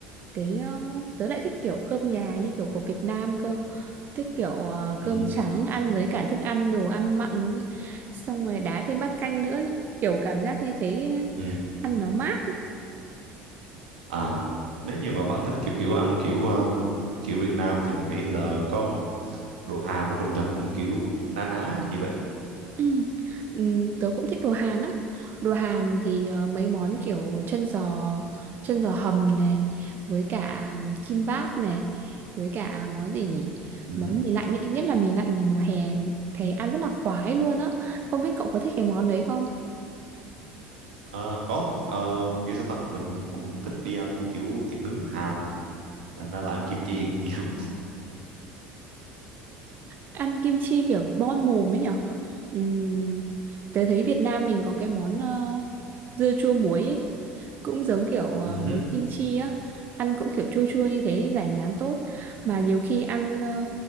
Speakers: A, on the right (about 40°); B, on the right (about 70°).
A: cái ờ, tớ lại thích kiểu cơm nhà như kiểu của Việt Nam cơ thích kiểu ờ,
B: ừ,
A: cơm trắng ăn với cả thức ăn đồ ăn mặn ấy. xong rồi đá thêm bát canh nữa ấy. kiểu cảm giác như thế
B: ừ.
A: ăn nó mát
B: à nếu như mà bạn thích kiểu kiểu ăn kiểu um, kiểu Việt Nam thì mình nghĩ là có đồ Hàn có đồ Nhật cũng kiểu na ná như vậy
A: Ừ. Ừ, tớ cũng thích đồ Hàn lắm đồ Hàn thì ờ, mấy món kiểu chân giò chân giò hầm này với cả kim báp này với cả món gì nhỉ
B: ừ.
A: món
B: hứ.
A: mì lạnh ấy. nhất là mì lạnh thì mùa hè thấy ăn rất là khoái luôn á không biết cậu có thích cái món đấy không
B: Ờ, có ờ, kiểu sao ta mình cũng thích đi ăn kiểu thịt nướng Hàn á thành ra là ăn kim chi cũng nhiều
A: ăn kim chi kiểu bon mồm ấy nhỉ Ừm, tớ thấy Việt Nam mình có cái món ờ, dưa chua muối ấy. Cũng giống kiểu ờ,
B: <laughs> ừ.
A: muối kim chi á ăn cũng kiểu chua chua như thế giải ngán tốt mà nhiều khi ăn ờ,